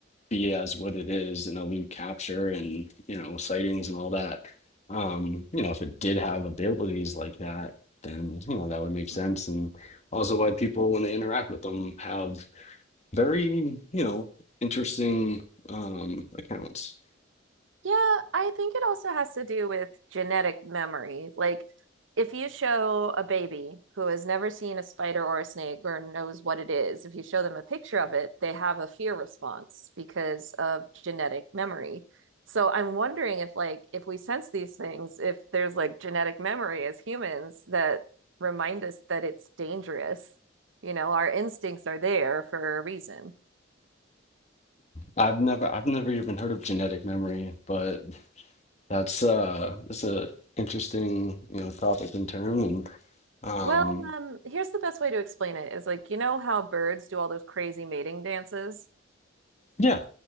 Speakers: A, on the left (about 35°); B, on the right (about 75°).
A: be as what it is in a loot capture and, you know, sightings and all that. Um, you know, if it did have abilities like that, then, you know, that would make sense.
B: Mhm.
A: And also why people, when they interact with them, have very, you know, interesting um accounts.
B: Yeah, I think it also has to do with genetic memory. Like, if you show a baby who has never seen a spider or a snake or knows what it is, if you show them a picture of it, they have a fear response because of genetic memory. So I'm wondering if, like, if we sense these things, if there's like genetic memory as humans that remind us that it's dangerous. You know, our instincts are there for a reason.
A: I've never I've never even heard of genetic memory, but that's uh that's a interesting, you know, topic and term and um
B: Well, um, here's the best way to explain it is like, you know how birds do all those crazy mating dances?
A: Yeah.